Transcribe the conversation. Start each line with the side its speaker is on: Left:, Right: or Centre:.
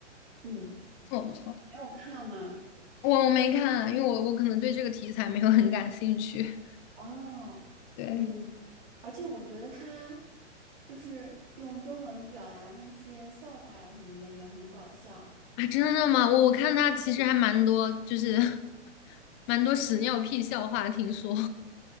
Right: 嗯，
Left: 这么不错，
Right: 没有看吗？
Left: 我我没看，因为我我可能对这个题材没有很感兴趣。
Right: 哦。
Left: 对
Right: 嗯。而且我觉得他就是用中文表达那些笑话呀什么的也很搞笑。
Left: 啊，真的吗？我我看他其实还蛮多，就是 <laughs> 蛮多屎尿屁笑话，听说。